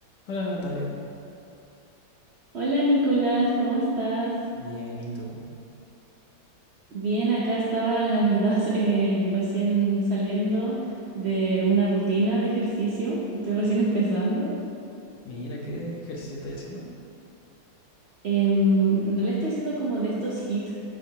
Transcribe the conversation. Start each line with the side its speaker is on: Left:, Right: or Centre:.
Left: Hola Natalia.
Right: Hola Nicolás, ¿cómo estás?
Left: Bien, ¿y tú?
Right: Bien, acá estaba, la verdad, <laughs> eh, recién saliendo de una rutina de ejercicio. Estoy recién empezando.
Left: Mira, ¿qué ejercicio estás haciendo?
Right: Em, en realidad estoy haciendo como de estos hits